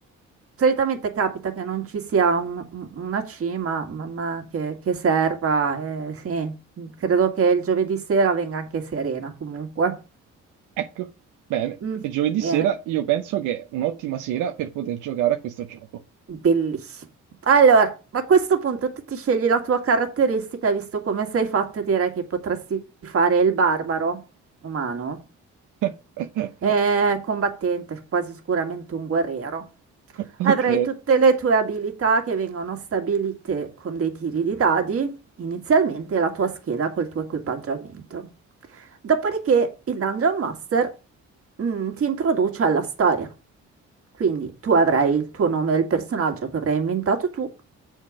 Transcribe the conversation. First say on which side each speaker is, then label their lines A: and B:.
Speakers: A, on the right; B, on the right.
A: Solitamente capita che non ci sia un- un- una cima, ma, ma che, che serva. eh, sì, credo che il giovedì sera venga anche serena comunque.
B: ecco. Bene.
A: Mm,
B: E giovedì
A: bene,
B: sera io penso che è un'ottima sera per poter giocare a questo gioco.
A: bellissimo. Allora, a questo punto tu ti scegli la tua caratteristica e visto come sei fatto, direi che potresti fare il barbaro umano.
B: <laughs>
A: È combattente, quasi sicuramente un guerriero.
B: Ok.
A: Avrai tutte le tue abilità che vengono stabilite con dei tiri di dadi, inizialmente e la tua scheda col tuo equipaggiamento. Dopodiché il Dungeon Master, mm, ti introduce alla storia. Quindi tu avrai il tuo nome del personaggio che avrai inventato tu.